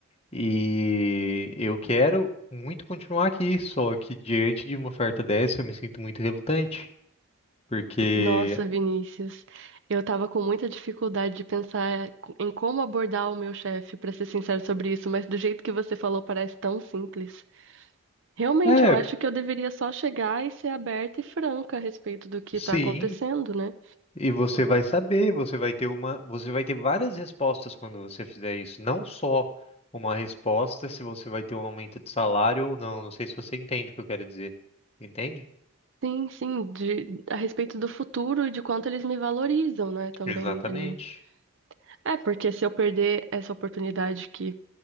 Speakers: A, on the left; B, on the right.
A: E eu quero muito continuar aqui, só que diante de uma oferta dessa eu me sinto muito relutante, porque
B: Nossa, Vinícius, eu tava com muita dificuldade de pensar em como abordar o meu chefe, pra ser sincero sobre isso, mas do jeito que você falou parece tão simples. Realmente,
A: é,
B: eu acho que eu deveria só chegar e ser aberta e franca a respeito do que
A: sim,
B: está acontecendo, né?
A: e você vai saber, você vai ter uma, você vai ter várias respostas quando você fizer isso, não só uma resposta se você vai ter um aumento de salário ou não, não sei se você entende o que eu quero dizer. Entende?
B: Sim, sim, de, a respeito do futuro e de quanto eles me valorizam, né? Também
A: Exatamente.
B: ali. É, porque se eu perder essa oportunidade que